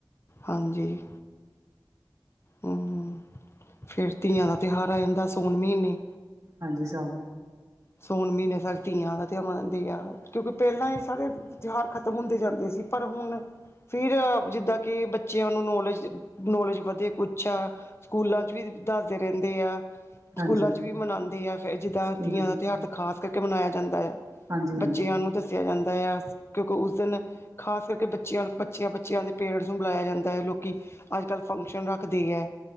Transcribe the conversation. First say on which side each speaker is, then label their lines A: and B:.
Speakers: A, on the left (about 30°); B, on the right (about 40°).
A: ਹਾਂਜੀ ਹਮ ਫਿਰ ਤੀਆਂ ਦਾ ਤਿਉਹਾਰ ਆ ਜਾਂਦਾ ਸੌਣ ਮਹੀਨੇ
B: ਹਾਂਜੀ ਸਭ
A: ਸੋਨ ਮਹੀਨੇ ਸਾਡ ਤੀਆਂ ਦਾ ਤਉਹਾਰ ਮਨੋਦੇ ਆ ਕਿਉਂਕਿ ਪੈਲਾਂ ਇਹ ਸਾਰੇੇ ਤਿਉਹਾਰ ਖਤਮ ਹੁੰਦੇ ਜਾਂਦੇ ਸੀ ਪਰ ਹੁਣ ਫਿਰ ਜਿੱਦਾਂ ਕਿ ਬੱਚਿਆਂ ਨੂੰ ਨੌਲੇਜ ਨੌਲੇਜ ਵਧੇ ਕੁਛ ਆ ਸਕੂਲਾਂ ਚ ਵੀ ਦੱਸਦੇ ਰਹਿੰਦੇ ਆ
B: ਹਾਂਜੀ
A: ਸਕੂਲਾਂ ਚ ਵੀ ਮਨੋਦੇ ਆ ਫਿਰ ਜਿੱਦਾਂ
B: ਸਕੂਲਾਂ
A: ਤੀਆਂ
B: ਚ
A: ਦਾ ਤਿਉਹਾਰ ਖ਼ਾਸ ਕਰਕੇ ਮਨਾਇਆ ਜਾਂਦਾ ਆ
B: ਹਾਂਜੀ
A: ਬੱਚਿਆਂ
B: ਹਾਂਜੀ
A: ਨੂੰ ਦੱਸਿਆ ਜਾਂਦਾ ਆ ਕਿਉਂਕਿ ਉਸ ਦਿਨ ਖਾਸ ਕਰਕੇ ਬੱਚਿਆਂ ਬੱਚਿਆਂ ਬੱਚਿਆਂ ਦੇ ਪੇਰੈਂਟਸ ਨੂੰ ਬੁਲਾਇਆ ਜਾਂਦਾ ਹੈ। ਲੋਕੀ ਅਜ ਕੱਲ੍ਹ ਫੰਕਸ਼ਨ ਰੱਖਦੀ ਹੈ।